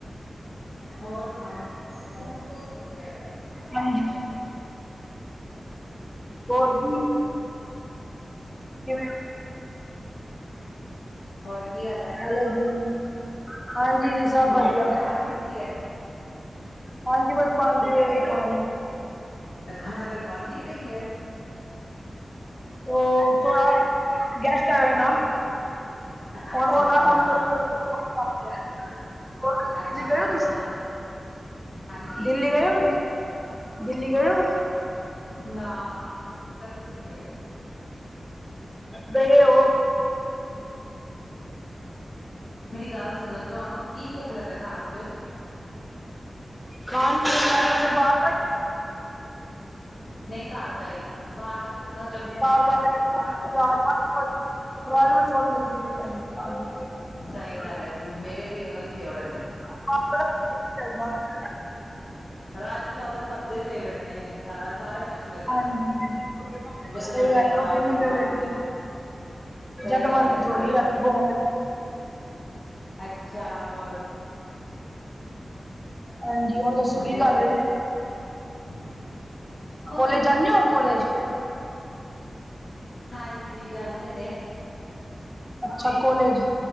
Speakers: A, on the left; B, in the centre.
A: ਹੋਰ ਸੁਨਾਓ? <inaudible>
B: ਹਾਂਜੀ
A: ਼ <inaudible>
B: ਹੋਰ ਜੀ ਕਿਵੇਂ
A: ਹੋਰ ਕੀ ਹਾਲ ਐ?
B: ਹੈਲੋ ਜੀ। ਹਾਂਜੀ ਜੀ ਸਭ
A: ਹੋਰ,
B: ਵਧੀਆ
A: ਰੋਟੀ ਖਾ ਲਿੱਤੀ ਐ?
B: ਹਾਂਜੀ ਬਸ ਬਨ ਰੀ ਐ, ਓਈ ਖਾ ਰੇਆ।
A: ਹੁਣ ਤੱਕ ਬਨਦੀ ਪਈ ਐ।
B: ਓ ਥੋੜਾ, ਗੈਸਟ ਆਏ ਆ ਨਾ। <unintelligible>
A: ਅੱਛਾ ਅੱਛਾ ਹਾਂ ਹਾਂ ਅੱਛਾ ਹੋਰ ਹਾਂਜੀ
B: ਦਿੱਲੀ ਗਏ ਓ ਕਦੀ, ਦਿੱਲੀ ਗਏ ਓ?
A: ਨਾ, ਕਦੇ ਵੀ ਨੀ ਗਏ।
B: ਗਏ ਓ?
A: ਮੇਰੀ ਗੱਲ ਸੁਨੋ, ਤੁਆਨੂੰ ਕੀ ਅੱਛਾ ਲਗਦੈ ਖਾਨ 'ਚ?
B: ਖਾਨ, ਚ ਮੈਨੂੰ ਤੇ ਬਾਰ ਦਾ ਈ
A: ਨਈਂ ਘਰ ਦਾ ਈ, ਬਾਰ ਦਾ ਚੰਗਾ, ਚੰਗਾ ਨਈਂ ਹੁੰਦਾ
B: ਬਾਹਰ
A: ਖਾਨਾ
B: ਦਾ ਤੇ ਰਾਜਮਾ
A: ਬਾਹਰ ਦਾ ਤਾਂ
B: ਰਾਜਮਾ- ਚੌਲ ਮਿਲ ਜਾਣ <unintelligible>
A: ਸਹੀ ਗੱਲ ਹੈ ਮੇਰੇ ਵੀ ਓਹੀ ਫੇਵਰਟ ਨੇ।
B: <unintelligible>
A: ਰਾਜਮਾ-ਚਾਵਲ ਤਾਂ ਸਬ ਦੇ ਫੇਵਰੇਟ ਨੇ। ਸਾਨੂੰ ਸਾਰੇਆਂ ਨੂੰ ਅੱਛੇ ਲੱਗਦੇ
B: ਹਾਂਜੀ
A: ਨੇ, ਜਦ
B: ਸਹੀ
A: ਮਰਜੀ
B: ਗੱਲ ਹੈ
A: ਬਣਾ
B: ਉਹ ਕਿੰਨੇ
A: ਕੇ ਖਾ
B: ਫੇਵਰੇਟ
A: ਲੇਓ
B: ਨੇ
A: ਸਈ
B: ਜਦ
A: ਗੱਲ
B: ਮਰਜੀ
A: ਐ,
B: ਥੋੜੀ
A: ਹੋਰ
B: ਰਾਤੀ ਪਵਾਉਣੇ
A: ਅੱਛਾ, ਹੋਰ
B: ਹਾਂਜੀ, ਹੋਰ ਦੱਸੋ ਕੀ
A: ਹੋਰ
B: ਕਰ ਰਏ ਓ?
A: <inaudible> ਕੁਛ
B: ਕੋਲੇਜ
A: ਨੀ
B: ਜਾਂਦੇ ਹੋ ਕੋਲੇਜ
A: ਬਸ, ਹਾਂਜੀ ਜਾਂਦੇ ਨੇ।
B: ਅੱਛਾ ਕੋਲੇਜ,